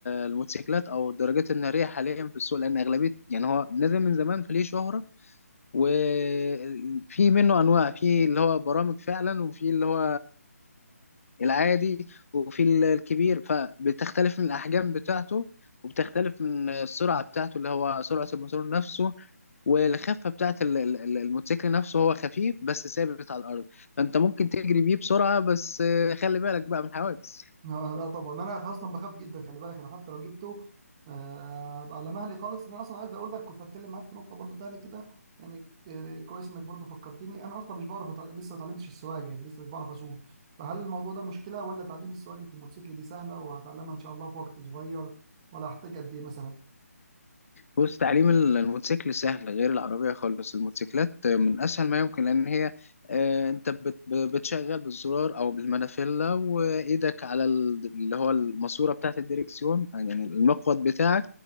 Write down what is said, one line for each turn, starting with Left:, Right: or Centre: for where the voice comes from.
Left: الموتوسيكلات أو الدراجات النارية حاليا في السوق لأن أغلبية يعني هو نزل من زمان فليه شهرة وفي منه انواع في اللي هو برامج فعلا وفي اللي هو العادي وفي ال- الكبير فبتختلف من الاحجام بتاعته وبتختلف من السرعه بتاعته اللي هو سرعه الموتور نفسه والخفه بتاعت ال- ال- ال- الموتوسيكل نفسه هو خفيف بس ثابت على الارض فانت ممكن تجري بيه بسرعه بس خلي بالك بقى من الحوادث
Right: آه، لا طبعا انا اصلا بخاف جدا خلي بالك انا حتى لو جبته آه، ابقى على مهلي خالص انا اصلا عايز اقول لك كنت هتكلم معاك في نقطه برضو تاني كده يعني آه، كويس انك برضو فكرتني انا اصلا مش بعرف أتع- لسه ما اتعلمتش السواقه يعني لسه مش بعرف اسوق فهل الموضوع ده مشكله ولا تعليم السواقه الموتوسيكل دي سهله وهتعلمها ان شاء الله في وقت صغير ولا هحتاج قد ايه مثلا
Left: بص تعليم ال- الموتوسيكل سهل غير العربية خالص الموتوسيكلات من أسهل ما يمكن لأن هي آه، أنت بت- ب- بتشغل بالزرار أو بالمانيفيلا وإيدك على ال- اللي هو الماسورة بتاعة الديركسيون يعني المقود بتاعك